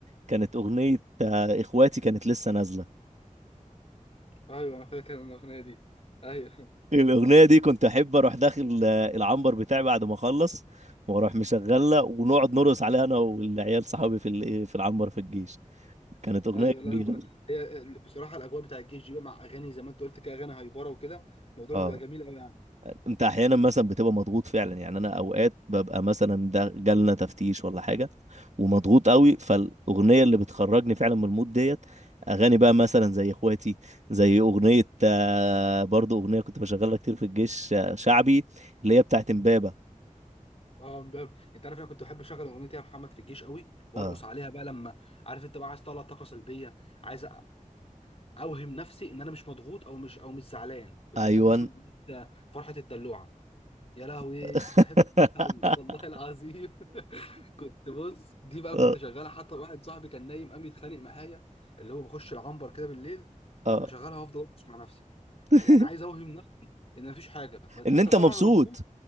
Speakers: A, on the right; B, on the left.
A: كانت أغنية آه إخواتي كانت لسه نازلة
B: ايوه انا فاكر أنا الاغنيه دي ايوه <laughs>
A: الأغنية دي كنت أحب أروح داخل آه العنبر بتاعي بعد ما أخلص وأروح مشغلة ونقعد نرقص عليها أنا والعيال صحابي في ال- إيه، في العنبر في الجيش كانت أغنية
B: ايوه لا
A: جميلة
B: الأغنية- هي بصراحه الاجواء بتاع الجيش دي بقى مع اغاني زي ما انت قلت كده اغاني هايبره وكده الموضوع
A: اه
B: بيبقى جميل قوي
A: انت احيانا مثلا بتبقى مضغوط فعلا يعني انا اوقات ببقى مثلا ده جالنا تفتيش ولا حاجه ومضغوط قوي فالاغنيه اللي بتخرجني فعلا من المود ديت اغاني بقى مثلا زي اخواتي زي اغنيه آه، برضو اغنيه كنت بشغلها كتير في الجيش آه، شعبي اللي هي بتاعت
B: يعني
A: امبابه
B: اه امبابة انت عارف انا كنت بحب اشغل اغنيه يا محمد في الجيش قوي وارقص
A: اه
B: عليها بقى لما عارف انت بقى عايز تطلع طاقه سلبيه عايز أ- اوهم نفسي ان انا مش مضغوط او مش او مش زعلان كنت
A: ايوان
B: بحب اسمع أغنية فرحه الدلوعه يا لهوي
A: <laughs>
B: كنت بحب اسمعها قوي والله العظيم <laughs> كنت بص دي بقى
A: اه
B: كنت شغالها حتى واحد صاحبي كان نايم قام يتخانق معايا اللي هو بخش العنبر كده بالليل
A: اه
B: اروح مشغلها وافضل ارقص مع نفسي
A: <laughs>
B: يعني عايز اوهم نفسي ان مفيش حاجه بس
A: ان انت
B: طبعا
A: مبسوط
B: انا مضغوط